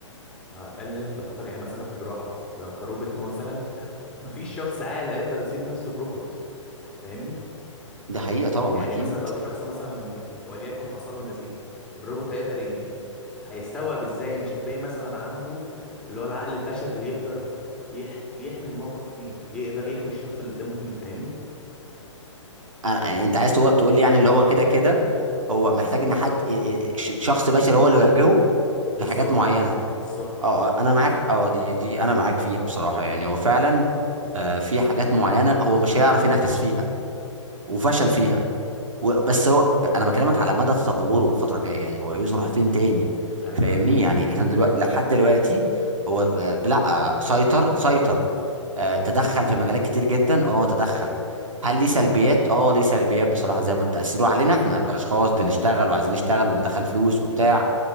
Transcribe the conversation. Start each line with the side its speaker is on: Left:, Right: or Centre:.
Centre: لو هتقلل نسبة الخطر يعني مثلا في جراحة لو كروبوت مثلا مفيش شخص عاقل هيقدر يسيب نفسه الروبوت فاهمني
Right: ده حقيقة طبعا
Centre: يعني
Right: ما اكيد
Centre: مثلا لو الشخص مثلا وليكن حصل له نزيف الروبوت هيقدر ي... هيستوعب ازاي مش هتلاقيه مثلا عنده اللي هو العقل البشري اللي يقدر يح... يحمي الموقف فيه يقدر يحمي الشخص اللي قدامه فيه فاهمني
Right: أنا- انت عايز تقول تقول لي يعني اللي هو كده كده هو محتاج ان حد إ- إ- ش- شخص بشري هو اللي يوجهه
Centre: بالظبط
Right: في حاجات معينة
Centre: بالظبط
Right: اه آه، انا معاك اه دي دي انا معاك فيها بصراحة يعني هو فعلا آه، في حاجات معينة هو مش هيعرف ينفذ فيها وفشل فيها و- بس هو انا بكلمك على مدى تطوره الفتره الجايه يعني هو عايز يروح فين تاني
Centre: ايوه
Right: فاهمني
Centre: ايوه فهمت
Right: يعني احنا دلوقتي لحد دلوقتي هو آه، لا آه، سيطر سيطر آه، تدخل في مجالات كتير جدا اه تدخل هل ليه سلبيات اه ليه سلبيات بصراحه زي ما تاثيره علينا احنا كاشخاص بنشتغل وعايزين نشتغل وندخل فلوس وبتاع